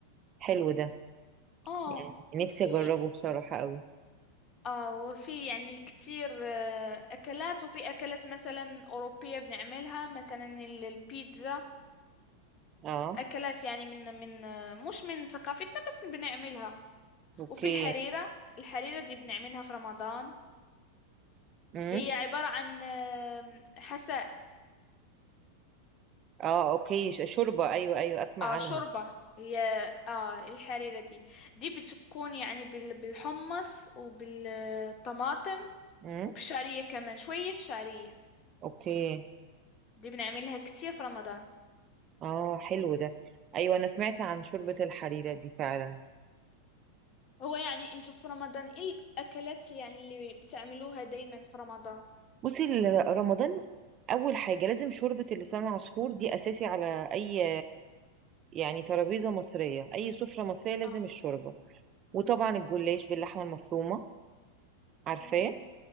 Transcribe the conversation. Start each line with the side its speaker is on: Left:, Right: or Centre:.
Right: حلو ده
Left: اه
Right: يعني نفسي
Left: وفي
Right: اجربه بصراحة قوي
Left: اه وفي يعني كتير آه، اكلات وفي اكلات مثلا اوروبية بنعملها مثلا ال- البيتزا
Right: اه
Left: اكلات يعني من من آه، مش من ثقافتنا بس بنعملها
Right: اوكي
Left: وفي الحريرة الحريرة دي بنعملها في رمضان
Right: مم.
Left: هي عبارة عن آه، حساء
Right: اه اوكي ش- شوربة ايوه ايوه اسمع
Left: اه
Right: عنها
Left: شوربة هي اه الحريرة دي دي بتكون يعني بال- بالحمص وبالطماطم
Right: مم.
Left: وبالشعرية كمان شوية شعرية
Right: اوكي
Left: دي بنعملها كتير في رمضان
Right: اه حلو ده ايوه انا سمعت عن شوربة الحريرة دي فعلا
Left: هو يعني انتوا في رمضان ايه الأكلات يعني اللي بتعملوها دايما في رمضان
Right: بصي ال- رمضان اول حاجة لازم شوربة اللسان العصفور دي اساسي على اي يعني ترابيزة مصرية اي سفرة مصرية لازم
Left: اه
Right: الشوربة وطبعا الجلاش باللحمة المفرومة عارفاه
Left: اه